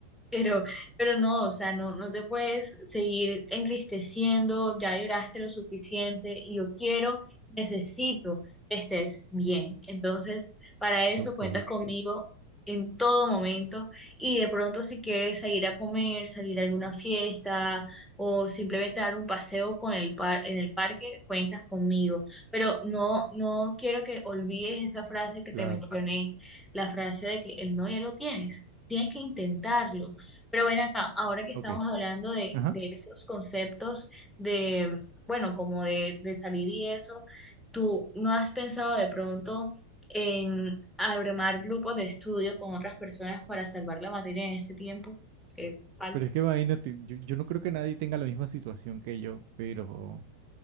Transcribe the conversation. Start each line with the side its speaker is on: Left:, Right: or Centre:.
Centre: Pero, pero no, o sea, no, no te puedes seguir entristeciendo, ya lloraste lo suficiente y yo quiero, necesito que estés bien. Entonces, para eso
Right: Ok,
Centre: cuentas conmigo en todo momento y de pronto si quieres salir a comer, salir a alguna fiesta o simplemente dar un paseo con el par en el parque, cuentas conmigo. Pero no, no quiero que olvides esa frase que
Right: claro,
Centre: te mencioné, la frase de que el no ya lo tienes. Tienes que intentarlo. Pero ven acá, ahora que estamos
Right: ok,
Centre: hablando de,
Right: ajá.
Centre: de esos conceptos de, bueno, como de, de salir y eso, ¿tú no has pensado de pronto en armar grupos de estudio con otras personas para salvar la materia en este tiempo que falta?
Right: Pero es que imagínate, yo, yo no creo que nadie tenga la misma situación que yo, pero...